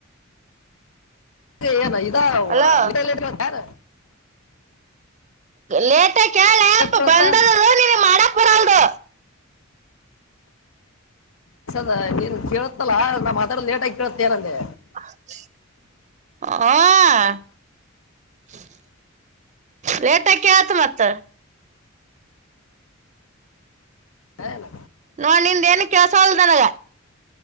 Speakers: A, on the left (about 80°); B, on the right (about 35°).
A: ಏನ ಇದ
B: ಅಲೋ
A: ಲಟ ಲಟ ಯಾರ
B: ಲೇಟ್ ಕೇಳಪ
A: ಕೇಳುತ್ತಾ
B: ಬಂದರು ನೀವ ಮಾಡಕ್ ಬರಲ್ದು
A: ದ ನೀನ್ ಕೇೇಳತ್ತಲ್ಲಾ ನಮ್ಮ್ ಅದಲ್ಲ ಲೇಟ್ ಆಗಿ ಕೇಳತೇಾರಂಗೆ
B: ಹ ಲೇಟ್ಕ ಆತು ಮತ್ತ
A: ಹಲ್ಲ
B: ನೋಡ್ ನಿಂದ ಏನ್ ಕೆಲಸ ಅಲ್ದನ